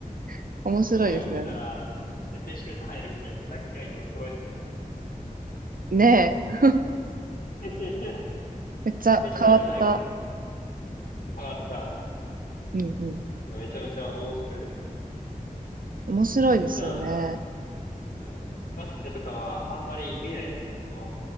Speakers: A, on the right (about 70°); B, on the left (about 75°).
A: <laughs> 面白いですよね。
B: それ持ってたら、絶対シュート入るみたいな、ラッキーアイテム揃えてるからみたいな。
A: ねえ、
B: <laughs> めちゃ
A: めっちゃ変わった。
B: めちゃなんか、変わった。
A: うんうん。
B: いやめちゃめちゃ面白いです。
A: 面白いですよね。
B: 普段、はい、バスケとかはあんまり見ないですね。その、